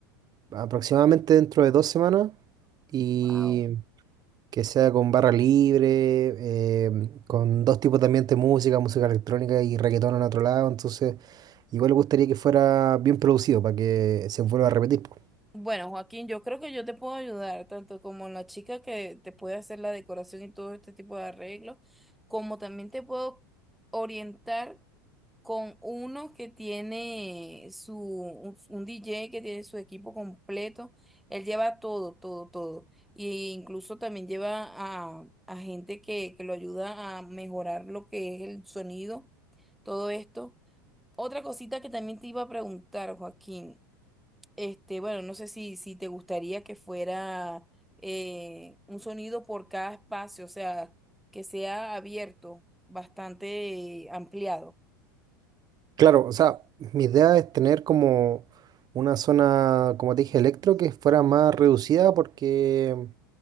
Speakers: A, on the right (about 35°); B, in the centre.
A: aproximadamente dentro de dos semanas y
B: Wow.
A: que sea con barra libre, em, con dos tipos de ambiente de música, música electrónica y reggaetón en otro lado, entonces igual me gustaría que fuera bien producido para que se vuelva a repetir. po.
B: Bueno, Joaquín, yo creo que yo te puedo ayudar, tanto como la chica que te puede hacer la decoración y todo este tipo de arreglos, como también te puedo orientar con uno que tiene su, un, un DJ que tiene su equipo completo. Él lleva todo, todo, todo. Y incluso también lleva a, a gente que, que lo ayuda a mejorar lo que es el sonido, todo esto. Otra cosita que también te iba a preguntar, Joaquín. Este, bueno, no sé si, si te gustaría que fuera eh, un sonido por cada espacio, o sea, que sea abierto, bastante eh, ampliado.
A: Claro, o sea, mi idea es tener como una zona, como te dije, electro que fuera más reducida porque